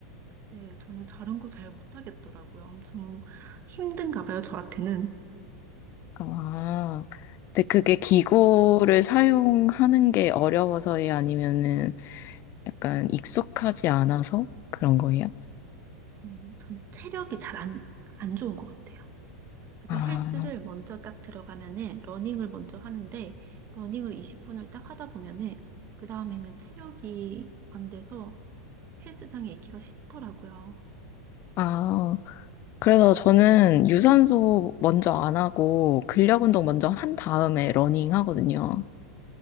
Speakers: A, on the right; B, on the left.
A: 네, 저는 다른 거 잘 못 하겠더라고요. 엄청 힘든가 봐요, 저한테는.
B: 아, 근데 그게 기구를 사용하는 게 어려워서예요? 아니면은 약간 익숙하지 않아서 그런 거예요?
A: 음, 전 체력이 잘 안, 안 좋은 것 같아요. 그래서
B: 아,
A: 헬스를 먼저 딱 들어가면은 러닝을 먼저 하는데 러닝을 20분을 딱 하다 보면은 그 다음에는 체력이 안 돼서 헬스장에 있기가 싫더라고요.
B: 아, 그래서 저는 유산소 먼저 안 하고 근력 운동 먼저 한 다음에 러닝 하거든요.